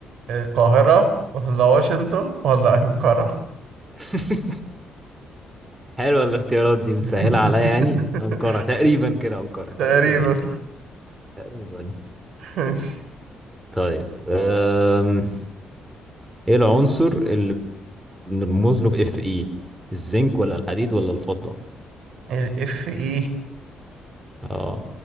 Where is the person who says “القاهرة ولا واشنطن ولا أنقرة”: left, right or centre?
Right